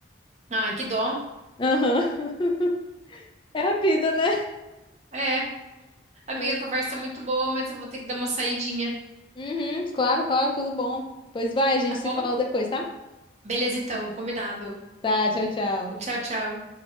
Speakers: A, on the right; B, on the left.
A: Ai, que dó.
B: Aham, <laughs> É a vida, né?
A: É. Amiga,
B: Mas
A: a conversa é muito boa, mas eu vou ter que dar uma saidinha,
B: Uhum, claro, claro, tudo bom. Pois vai, a gente
A: tá
B: se
A: bom?
B: fala depois, tá?
A: Beleza, então. Combinado.
B: Tá, tchau, tchau.
A: Tchau, tchau.